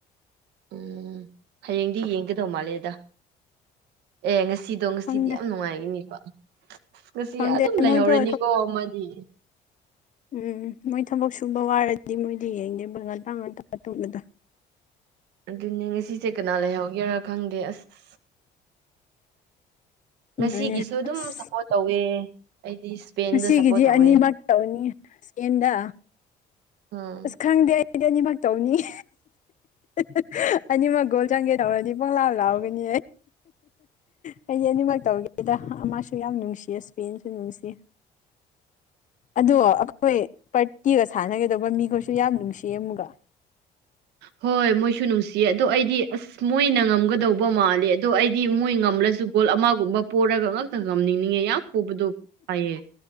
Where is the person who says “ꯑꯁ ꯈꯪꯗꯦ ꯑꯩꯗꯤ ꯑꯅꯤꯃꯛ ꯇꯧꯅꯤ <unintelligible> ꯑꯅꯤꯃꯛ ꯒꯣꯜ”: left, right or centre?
Left